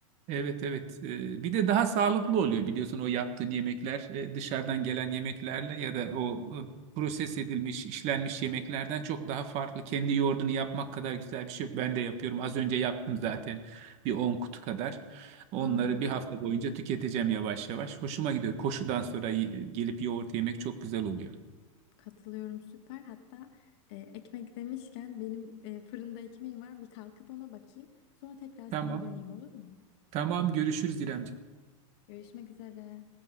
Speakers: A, on the right; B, on the left.
A: Evet evet. Ee, Bir de daha sağlıklı oluyor biliyorsun o yaptığın yemekler e, dışarıdan gelen yemeklerle ya da o e, proses edilmiş, işlenmiş yemeklerden çok daha farklı. Kendi yoğurdunu yapmak kadar güzel bir şey yok. Ben de yapıyorum. Az önce yaptım zaten bir 10 kutu kadar. Onları
B: Aa,
A: bir hafta boyunca tüketeceğim yavaş yavaş. Hoşuma gidiyor. Koşudan sonra y- gelip yoğurt yemek çok güzel oluyor.
B: katılıyorum süper. Hatta e, ekmek demişken benim e, fırında ekmeğim var bir kalkıp ona bakayım. Sonra tekrar sana
A: Tamam.
B: döneyim olur mu?
A: Tamam görüşürüz İremciğim.
B: Görüşmek üzere.